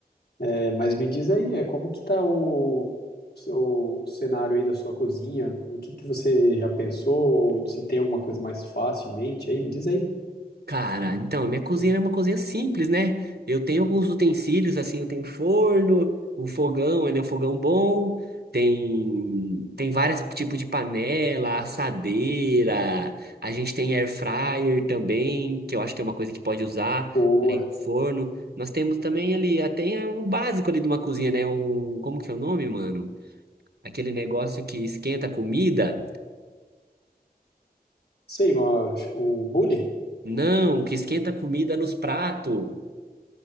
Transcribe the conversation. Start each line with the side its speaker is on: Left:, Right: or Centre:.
Left: É, mas me diz aí, é como que tá o, o seu o cenário aí da sua cozinha? O que que você já pensou? Ou se tem alguma coisa mais fácil em mente aí, me diz aí.
Right: Cara, então, minha cozinha é uma cozinha simples, né? Eu tenho alguns utensílios, assim, eu tenho um forno, um fogão, ele é um fogão bom, tem, tem vários tipos de panela, assadeira, a gente tem air fryer também, que eu acho que é uma coisa que pode usar,
Left: Boa.
Right: além do forno. Nós temos também ali, até o básico ali de uma cozinha, né? Um, como que é o nome, mano? Aquele negócio que esquenta a comida?
Left: Sei, mas o bule?
Right: Não, que esquenta a comida nos pratos.